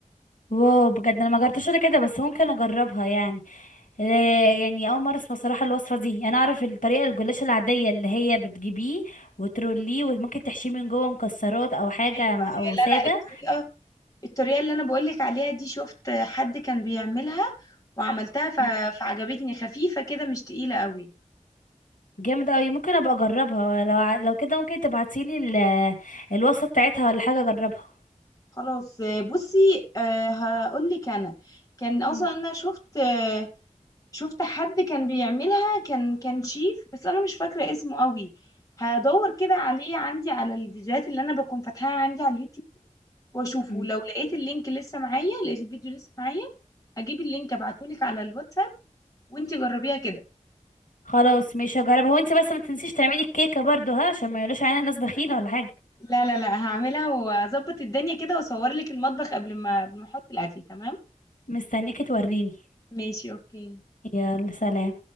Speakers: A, on the left; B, on the left.
A: واو بجد انا ما جربتش ولا كده بس ممكن اجربها يعني آه، يعني اول مره اسمع صراحه الوصفه دي انا اعرف الطريقه الجلاش العاديه اللي هي بتجيبيه وتروليه وممكن تحشيه من جوه مكسرات او حاجه
B: ايوه
A: م-
B: هي-
A: او ساده
B: لا لا الطريقه الطريقه اللي انا بقولك عليها دي شفت حد كان بيعملها وعملتها ف...
A: مم.
B: فعجبتني خفيفه كده مش تقيله قوي
A: جامد قوي ممكن ابقى اجربها لو ع- لو كده ممكن تبعتيلي ال- الوصفه بتاعتها ولا حاجه اجربها
B: خلاص آه، بصي آه، هقولك انا كان اصلا
A: مم.
B: انا شفت آه، شفت حد كان بيعملها كان كان شيف بس انا مش فاكره اسمه قوي هدور كده عليه عندي على الفيديوهات اللي انا بكون فاتحاها عندي على اليوتيوب واشوفه
A: مم.
B: لو لقيت اللينك لسه معايا لقيت الفيديو لسه معايا هجيب اللينك ابعتهولك على الواتساب وانتي جربيها كده
A: خلاص مش هجربها وانتي بس ما تنسيش تعملي الكيكه برضو ها عشان ما يقولوش علينا ناس بخيله ولا حاجه
B: لا لا لا هعملها واظبط الدنيا كده واصور لك المطبخ قبل ما قبل ما احط الاكل تمام
A: مستنيكي توريني
B: ماشي اوكي
A: يلا سلام